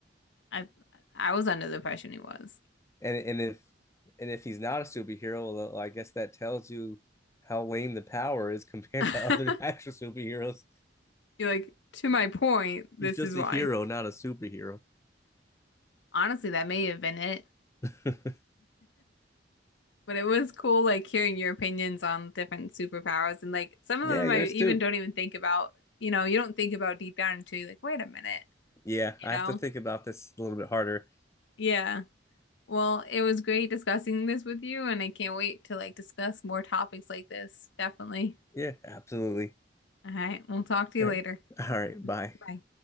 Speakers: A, on the left; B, on the left.
A: I, I was under the impression he was.
B: And and if and if he's not a superhero, well, well, I guess that tells you how lame the power is <laughs> compared
A: <laughs>
B: to other <laughs> actual superheroes.
A: You're like, to my point, this
B: He's just
A: is why.
B: a hero, not a superhero.
A: Honestly, that may have been it.
B: <laughs>
A: But it was cool like hearing your opinions on different superpowers and like some of
B: yeah,
A: them
B: you're
A: I even
B: astute.
A: don't even think about, you know, you don't think about deep down until you're like, wait a minute,
B: Yeah,
A: you
B: I
A: know?
B: have to think about this a little bit harder.
A: Yeah. Well, it was great discussing this with you and I can't wait to like discuss more topics like this. Definitely.
B: Yeah, absolutely.
A: All right. We'll talk to
B: <laughs>
A: you
B: All
A: later.
B: right, bye.
A: Bye.